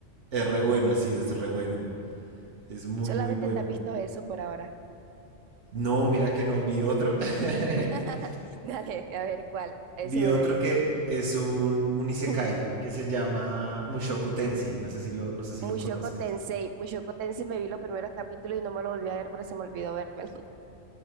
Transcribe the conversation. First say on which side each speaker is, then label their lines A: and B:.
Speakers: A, on the right (about 65°); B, on the right (about 80°).
A: es re bueno, sí, es re bueno. Es muy,
B: Solamente
A: muy bueno.
B: te has visto esos por ahora.
A: No, mira que no vi otro. <laughs>
B: <laughs> Dale, a ver cuál. A ver
A: Vi
B: si me
A: otro
B: lo he visto.
A: que es un, un isekai
B: <clears throat>
A: que se llama Mushoku Tensei. No sé si lo, no sé si
B: Mushoku
A: lo conozcas.
B: Tensei. Mushoku Tensei me vi los primeros capítulos y no me lo volví a ver porque se me olvidó vérmelo. <laughs>